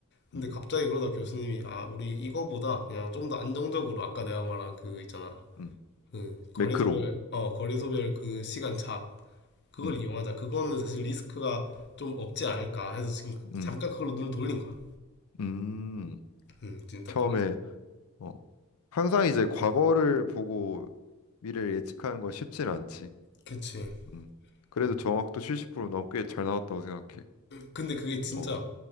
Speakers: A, on the left; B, on the left.
A: 근데
B: 음,
A: 갑자기 그러다 교수님이 아 우리 이거보다 그냥 좀 더 안정적으로 아까 내가 말한 그 있잖아
B: 음.
A: 그 거래소별
B: 매크로.
A: 어 거래소별 그 시간 차 그걸
B: 음,
A: 이용하자 그거는 사실 리스크가 좀 없지 않을까 해서 지금
B: 음,
A: 잠깐 그걸로 눈을 돌린 거야
B: 음.
A: 음 진짜
B: 처음에,
A: 그런
B: 어, 항상 이제 과거를 보고 미래를 예측하는 건 쉽진 않지.
A: 그치
B: 음. 그래도
A: 음.
B: 정확도 70% 너무 꽤 잘 나왔다고 생각해.
A: 근데 그게 진짜
B: 어,